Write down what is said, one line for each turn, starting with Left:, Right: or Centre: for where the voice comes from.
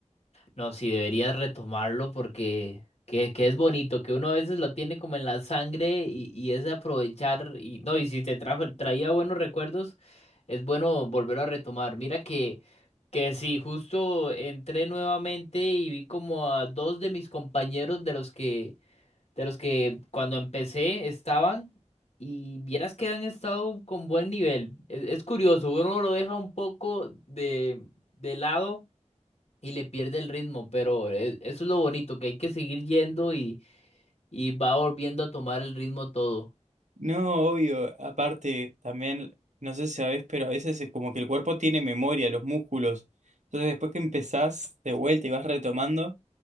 Left: No, sí, deberías retomarlo porque que, que es bonito, que uno a veces lo tiene como en la sangre y, y es de aprovechar y no, y si te trajo, traía buenos recuerdos, es bueno volverlo a retomar. Mira que, que sí, justo entré nuevamente y vi como a dos de mis compañeros de los que, de los que cuando empecé estaban y vieras que han estado con buen nivel. Es, es curioso, uno lo deja un poco de, de lado y le pierde el ritmo, pero e- eso es lo bonito, que hay que seguir yendo y, y va volviendo a tomar el ritmo todo.
Right: No, obvio. Aparte, también, no sé si sabes pero a veces es como que el cuerpo tiene memoria, los músculos. Entonces después que empezás de vuelta y vas retomando,